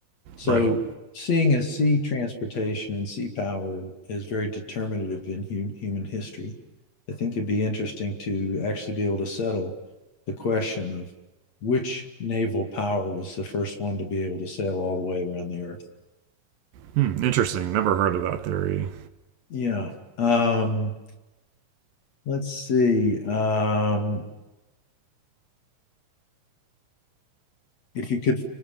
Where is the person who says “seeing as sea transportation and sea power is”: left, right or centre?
Left